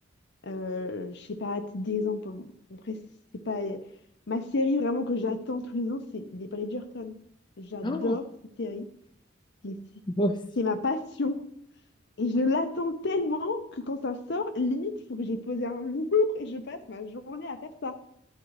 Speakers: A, on the left; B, on the left.
A: Euh, je sais pas, à titre d'exemple, bon, après, c'est pas... Ma série vraiment que j'attends tous les ans, c'est les Bridgerton. J'adore
B: Oh,
A: cette série. C'est c'est-
B: moi aussi.
A: c'est ma passion. Et je l'attends tellement que quand ça sort, limite, il faut que j'ai posé un <laughs> jour et je passe ma journée à faire ça.